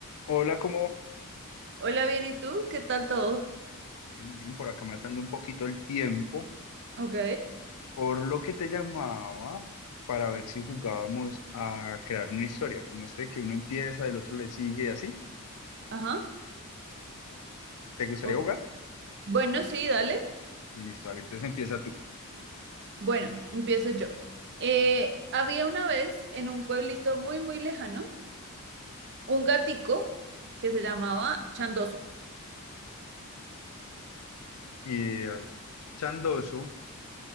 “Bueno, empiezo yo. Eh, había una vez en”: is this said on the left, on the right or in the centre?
Right